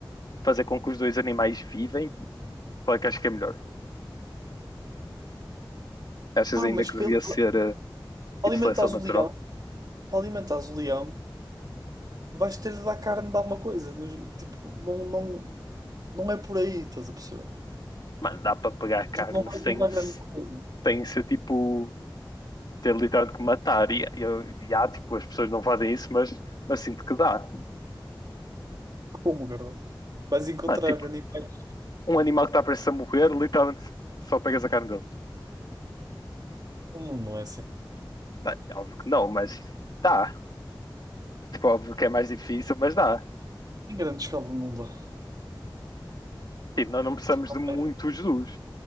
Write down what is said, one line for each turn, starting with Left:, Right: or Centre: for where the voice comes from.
Left: fazer com que os dois animais vivem, qual é que achas que é melhor? Achas
Right: Pá,
Left: ainda
Right: mas
Left: que
Right: para
Left: devia
Right: ele-
Left: ser eh, tipo
Right: alimentares
Left: seleção natural?
Right: o leão. para alimentares o leão, vais ter de dar carne de alguma coisa. Nos- Tipo, não, não, não é por aí, estás a perceber?
Left: Mano, dá para pegar carne
Right: Tipo, Não vai
Left: sem,
Right: mudar grande coisa.
Left: sem ser tipo. ter literalmente que matar. E, e, eu- e há, tipo, as pessoas não fazem isso, mas, mas sinto que dá.
Right: Como, Carla? Vais encontrar
Left: Mano, tipo,
Right: animais.
Left: um animal que está prestes a morrer, literalmente só pegas a carne dele.
Right: O mundo não é assim.
Left: Bem, óbvio que não, mas dá. Tipo, óbvio que é mais difícil, mas dá.
Right: Em grande escala não dá.
Left: Tipo, nós não precisamos
Right: Tipo,
Left: de muitos
Right: não- é-
Left: dos.